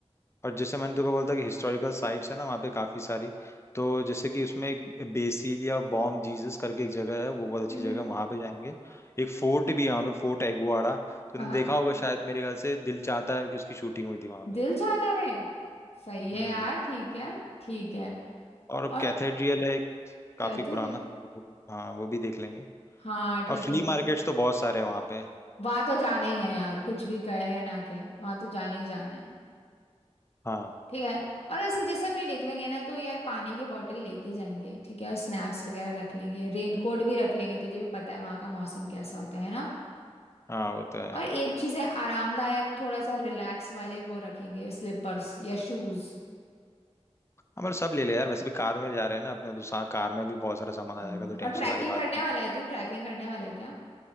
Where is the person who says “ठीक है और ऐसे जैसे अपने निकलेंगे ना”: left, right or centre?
Left